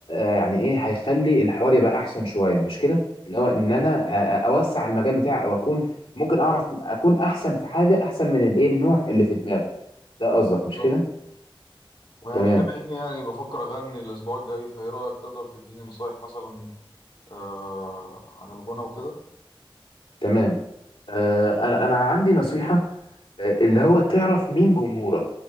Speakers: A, on the left; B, on the left.
A: آه يعني ايه هيخلي الحوار يبقى احسن شوية مش كده اللي هو ان
B: أكيد
A: انا
B: أه
A: آه آه، اوسع المجال بتاعي او اكون ممكن اعرف اكون احسن في حاجة احسن من الايه النوع اللي في دماغي ده قصدك مش
B: بالظبط
A: كده
B: ويعني
A: تمام
B: بما اني يعني بفكر اغني الاسبوع الجاي فايه رايك تقدر تديني نصايح مثلا آه عن الغنى وكده
A: تمام آه، انا انا عندي نصيحه آه، اللي هو تعرف مين جمهورك